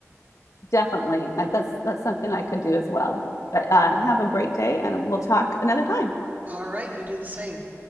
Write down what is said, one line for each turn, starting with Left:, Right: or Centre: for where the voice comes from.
Left: definitely. that's that's something I could do as well. But uh,
Right: Uh,
Left: have a great day, and we'll talk another time.
Right: all right, you do the same.